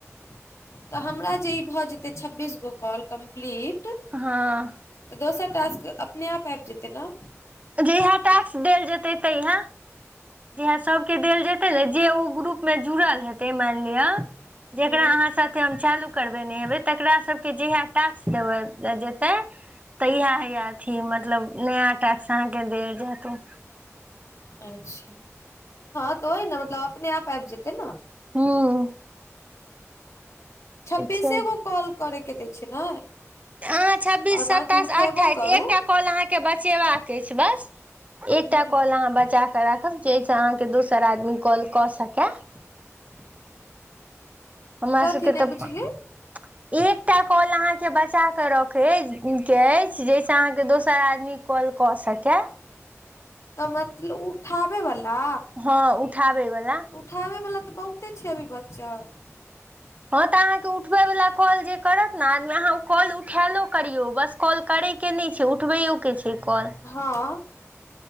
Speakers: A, on the left (about 65°); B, on the right (about 30°).
A: तऽ हमरा जे ई भऽ जेतै छब्बीस गो कॉल कम्प्लीट
B: हँ
A: तऽ दोसर टास्क अपने आप आबि जेतै ने
B: जहिया टाक्स देल जेतै तहिया जे सभके देल जेतै ने जे ओ ग्रुप मे जुड़ल हेतै मानि लिअ जेकरा
A: ह
B: अहाँ सबके हम चालू करबे ने हेबै तकरा सबके जेहा टाक्स देब जेते तहिया हय अथी मतलब नया टाक्स अहाँके देल जायतू
A: अच्छा हँ तऽ ओहि ने मतलब अपने आप आबि जेतै ने
B: हूॅं
A: छब्बीसे
B: छै
A: गो कॉल करैके दै छै ने
B: हँ छब्बीस
A: आओर
B: सत्ताइस
A: बाँकी उठेबो
B: अठाइस
A: करू
B: एकटा कॉल अहाँ बचाने के छै बस राखब
A: ह
B: जाहिसँ अहाँके दोसर आदमी कॉल कऽ सकय
A: <unintelligible>
B: हमरा
A: कथी
B: सबके
A: नहि
B: तऽ
A: बुझली
B: एकटा कॉल अहाँके बचा कऽ रखैके अछि जाहिसँ अहाँके दोसर आदमी कॉल कऽ सकेै
A: तऽ मतलब उठाबे बला
B: हँ उठाबै बला
A: उठाबै बला तऽ बहुते छै अभी बच्चल
B: हँ तऽ अहाँकेँ उठबैवला कॉल जे करत ने आदमी अहाँ कॉल उठायलो करियौ बस कॉल करैके नहि छै उठबैयओ के छै कॉल
A: हँ